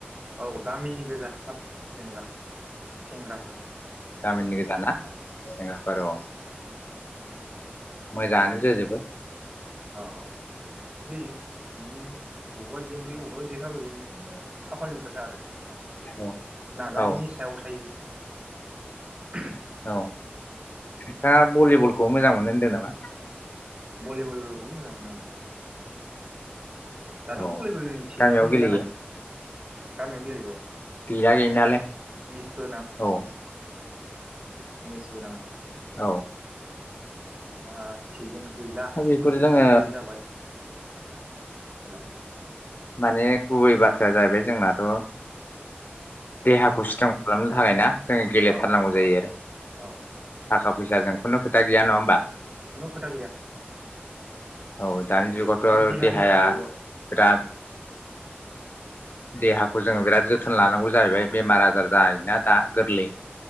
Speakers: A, on the right (about 30°); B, on the left (about 55°).
A: औ गामिनि गोजा क्लाब जेनेबा सेंग्राफोर
B: गामिनि गोजाना सेंग्राफोर अ।
A: उम।
B: मोजांङानो जोजोब बो
A: अ औ जायो बिदिनो बबावबा जेनबोयो बबावबा देरहाबोयो बिदिनो खाफालनि खोथा आरो।
B: औ
A: नाजानिनि
B: औ
A: सायाव थायो। <inaudible>
B: औ। दा भलिबलखौ मोजां मोननो होनदों नामा?
A: भलिबलखौबो मोजां मोनो आं औ। दाथ'
B: औ
A: बलि बलिनि सिजेन
B: गामियाव गेलेयो
A: गैलाना। गामियाव गेलेयो औ।
B: गैया गैनालाय
A: मेचबो
B: औ।
A: मेसबो नांङो।
B: औ।
A: दा सिजोन। गैला
B: दा बेफोर
A: फुटबलनि
B: जोङो
A: सिजोन जाबाय। हेलौ।
B: माने गुबै बाथ्राया जाहैबाय जोंनाथ'। देहाखौ स्थ्रं खालामनो थाखाय ना। जों गेलेथारनांगौ
A: औ औ
B: जायो
A: औ
B: आरो थाखा
A: औ
B: फैसाजों खुनु खोथा गैया नङा होनबा?
A: खुनु खोथा गैया।
B: औ। दानि जुगावथ'
A: माने
B: आरो
A: देहानि
B: देहाया
A: थाखायल' ओ
B: बिराद देहाखौ जोङो बिराद जोथोन लानो। जाहैबाय बेमार आजार जायोना दा गोरलै